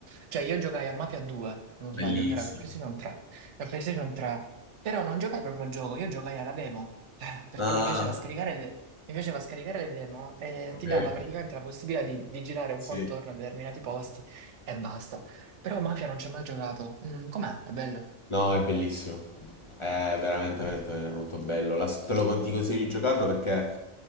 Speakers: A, on the right; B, on the left.
A: cioè io giocai a Mafia 2, se non sbaglio,
B: Bellissimo.
A: che era per PlayStation 3, per PlayStation 3, però non giocai proprio al gioco, io giocai alla demo, eh, perché
B: Ah,
A: mi piaceva scaricare le, mi piaceva scaricare le demo e ti
B: Eh,
A: dava praticamente la possibilità di, di girare un
B: sì.
A: po' attorno a determinati posti e basta. Però Mafia non ci ho mai giocato. Mm, com'è? È bello?
B: no, è bellissimo. È veramente, veramente molto bello. La- te lo con- ti consiglio di giocarlo perché